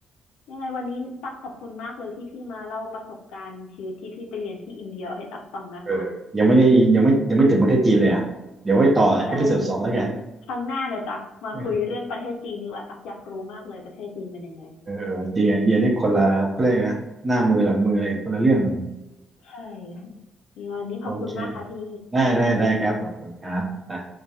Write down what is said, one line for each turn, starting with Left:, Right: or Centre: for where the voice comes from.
Left: ยังไงวันนี้ตักขอบคุณมากเลยที่พี่มาเล่าประสบการณ์ชีวิตที่พี่ไปเรียนที่อินเดียให้ตักฟังนะคะ
Right: เออยังไม่ได้ยังไม่ยังไม่ถึงประเทศจีนเลยอ่ะเดี๋ยวไว้ต่อเอพิโซดสองแล้วกัน
Left: ได้เดี๋ยวครั้งหน้าเดี๋ยวตักมาคุยเรื่องประเทศจีนดีกว่าตักอยากรู้มากเลยประเทศจีนเป็นยังไง
Right: เออเออจริงไอเดียนี่คนละเขาเรียกนะหน้ามือหลังมือเลยคนละเรื่องกันเลย
Left: ใช่ค่ะยังไงวันนี้ขอบคุณมากค่ะพี่
Right: โอเคได้ได้ได้ครับขอบคุณครับ